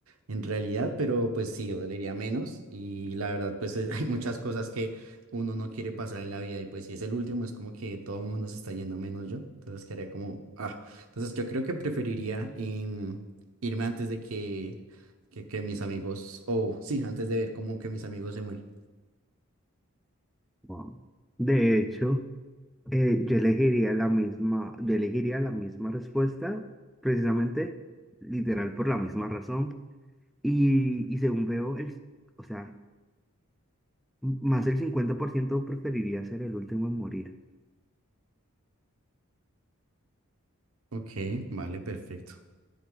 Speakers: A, on the right; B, in the centre.
A: en realidad, pero pues sí, dolería menos y la verdad pues eh, <laughs> hay muchas cosas que uno no quiere pasar en la vida y pues si es el último es como que todo el mundo se está yendo menos yo, entonces quedaría como, ah, entonces yo creo que preferiría em, irme antes de que, que, que mis amigos, o sí, antes de ver como que mis amigos se mueren.
B: wow. De hecho, eh, yo elegiría la misma, yo elegiría la misma respuesta, precisamente, literal, por la misma razón. Y, y según veo, el, o sea, m- más del 50% preferiría ser el último en morir.
A: Ok, vale, perfecto.